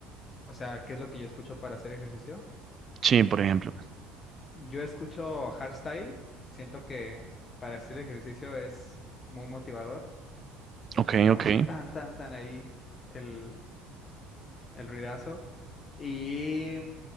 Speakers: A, on the left; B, on the right.
A: O sea, ¿qué es lo que yo escucho para hacer ejercicio?
B: Sí, por ejemplo.
A: Yo escucho hardstyle, siento que para hacer ejercicio es muy motivador, porque
B: Ok,
A: es como
B: ok,
A: que tan, tan, tan ahí el, el ruidazo. Y